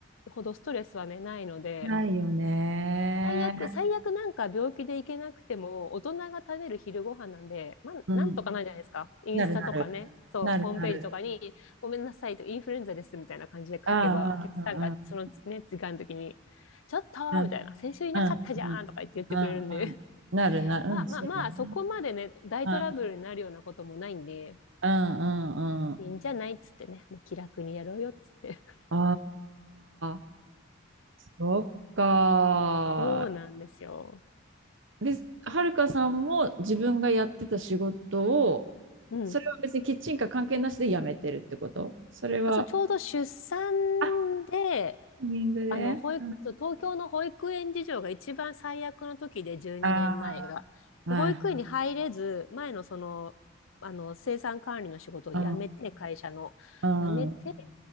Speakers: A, on the left (about 75°); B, on the right (about 65°).
A: ほどストレスはね、ないので、
B: ないよね。
A: 最悪、最悪なんか病気で行けなくても、大人が食べる昼ご飯なんで、まあ、
B: うん。
A: なんとかなるじゃないですか。インスタとかね、
B: なるなる。
A: そう、
B: なるなる。
A: ホームページとかに、ごめんなさいと、インフルエンザですみたいな感じで書けば、
B: ああ、
A: お客さんがそのね、
B: うんうん
A: 時間の時に、ちょっとーみたいな、
B: うん
A: 先週いなかったじゃんとか言って言ってくれるんで、
B: うんうんうんうんうんなるなる、
A: <laughs> まあまあまあ、
B: うん、そうだね。
A: そこまでね、大トラブルになるようなこともないんで、
B: うん、うん、うん、うん。
A: いいんじゃないっつってね、もう気楽にやろうよっつって。
B: ああ、そっか
A: <laughs> そうなんですよ。
B: ー。で、はるかさんも自分がやってた仕事を、
A: うん。
B: それは別にキッチンカー関係なしで辞めてるってことそれは、
A: あ、そう、ちょうど出産
B: あ、
A: で、
B: タイミングで。
A: あの、保育、
B: うん
A: そう、東京の保育園事情が一番最悪の時で、12年前が。
B: ああ、
A: で、
B: はい。
A: 保育園に入れず、前のその、あの、生産管理の仕事を辞めて、
B: う
A: 会社の、
B: ん、
A: 辞めて、
B: うん、